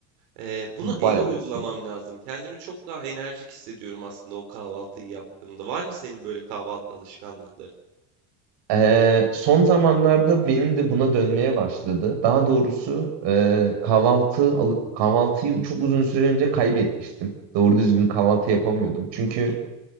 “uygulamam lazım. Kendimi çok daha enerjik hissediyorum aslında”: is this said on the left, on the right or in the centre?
Right